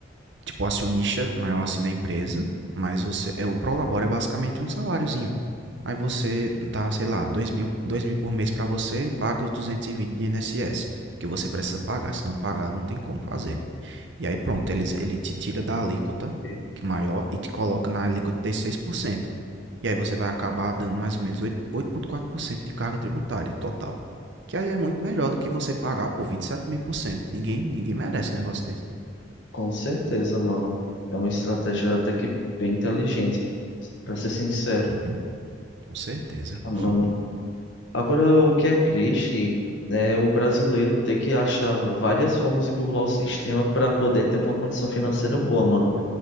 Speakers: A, on the right; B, on the left.
A: tipo acionista maior assim da empresa, mas você é o prolabore é basicamente um saláriozinho. Aí você dá, sei lá, dois mil, dois mil por mês para você e paga os 220 de INSS, que você precisa pagar. Se não pagar, não tem como fazer. E aí pronto, eles, ele te tira da alíquota
B: Ok?
A: que é maior e te coloca na alíquota de seis por cento E aí você vai acabar dando mais ou menos oito vírgula quatro por cento de carga tributária total. Que aí é muito melhor do que você pagar por vinte e sete mil por cento. Ninguém, ninguém merece um negócio desse.
B: Com certeza, mano. É uma estratégia até que bem inteligente, pra ser sincero.
A: Uhum, com certeza.
B: Ah, mano.
A: <laughs>
B: Agora, o que é triste é o brasileiro ter que achar várias formas de burlar o sistema para poder ter uma condição financeira boa, mano.